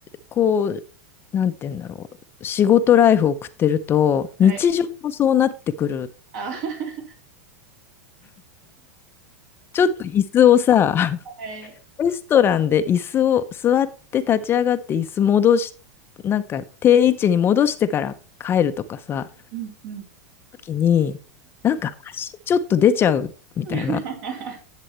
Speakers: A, on the left; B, on the right.
A: こう、なんて言うんだろう。仕事ライフを送ってると、
B: はい。
A: 日常もそうなってくる。
B: あ、<laughs>
A: ちょっと椅子をさ、
B: はい。
A: レストランで椅子を座って立ち上がって椅子戻し、なんか定位置に戻してから帰るとかさ、
B: うん、うん。
A: 時に、なんか足ちょっと出ちゃうみたいな。
B: <laughs>